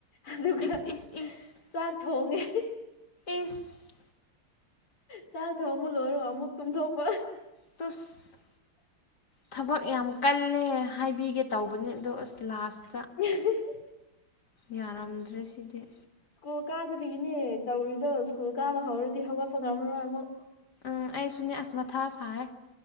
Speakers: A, on the left; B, on the left.
A: ꯑꯗꯨꯒ
B: ꯏꯁ ꯏꯁ ꯏꯁ
A: ꯆꯥꯛ ꯊꯣꯡꯉꯦ
B: ꯏꯁ
A: ꯆꯥꯛ ꯊꯣꯡꯕ ꯂꯣꯏꯔꯒ ꯑꯃꯨꯛ ꯇꯨꯝꯊꯣꯛꯄ
B: ꯆꯨꯁ ꯊꯕꯛ ꯌꯥꯝ ꯀꯜꯂꯦ ꯍꯥꯏꯕꯤꯒꯦ ꯇꯧꯕꯅꯤ ꯑꯗꯣ ꯑꯁ ꯂꯥꯁ
A: <unintelligible>
B: ꯌꯥꯔꯝꯗ꯭ꯔꯦ ꯁꯤꯗꯤ
A: ꯁ꯭ꯀꯨꯜ ꯀꯥꯗꯕꯤꯒꯤꯅꯦ ꯇꯧꯔꯤꯗꯣ ꯁ꯭ꯀꯨꯜ ꯀꯥꯕ ꯍꯧꯔꯗꯤ ꯍꯧꯒꯠꯄ ꯉꯝꯃꯔꯣꯏ ꯑꯃꯨꯛ
B: ꯎꯝ ꯑꯩꯁꯨꯅꯦ ꯑꯁ ꯃꯊꯥ ꯁꯥꯏꯌꯦ